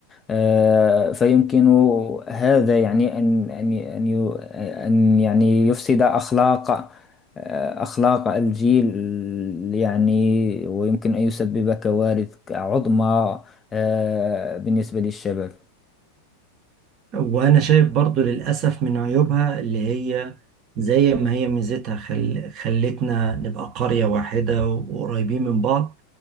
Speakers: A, on the left (about 20°); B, on the right (about 35°).
A: آه، فيمكن هذا يعني أن أن أن يو- أن يعني يفسد أخلاق آه، أخلاق الجيل يعني ويمكن أن يسبب كوارث عظمى آه، بالنسبة للشباب
B: وانا شايف برضو للاسف من عيوبها اللي هي زي ما هي ميزتها خل... خلتنا نبقى قرية واحدة وقريبين من بعض